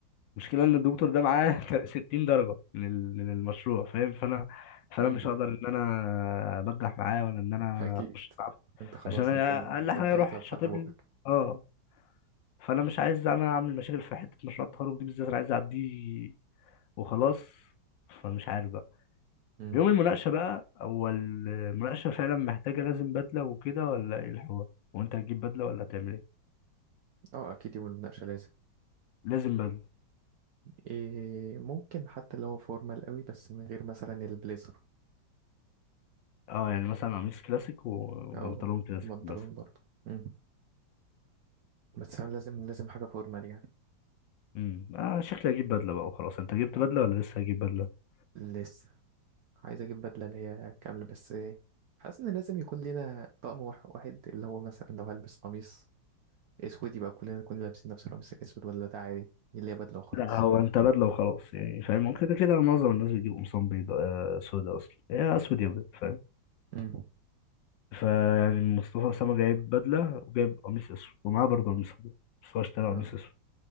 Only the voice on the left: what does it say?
المشكله ان الدكتور ده معاه <laughs> 60 درجه من ال- من المشروع فاهم فانا فانا
مش هقدر ان انا بجح معاه ولا ان انا
اخش معاه
عشان أنا
اقل حاجه
يروح
شاطب
لي اه فانا مش عايز اعمل اعمل مشاكل في حته مشروع التخرج دي بالذات انا عايز اعديه وخلاص فمش عارف بقى
يوم المناقشة بقى هو المناقشة فعلا محتاجة لازم بدلة وكده ولا ايه الحوار وانت هتجيب بدلة ولا هتعمل ايه
لازم بدلة
اه يعني مثلا قميص كلاسيك و- وبنطلون
كلاسيك
مثلا
امم اه شكلي هجيب بدلة بقى وخلاص انت جبت بدلة ولا لسه هجيب بدلة
لا هو انت بدلة وخلاص يعني فاهم كده كده معظم الناس بتجيب قمصان بيضاء آه، سودا اصلا يا اسود يا ابيض فاهم
فيعني مصطفى اسامة جايب بدلة وجايب قميص اسود ومعاه برضه قميص ابيض بس هو اشترى
قميص اسود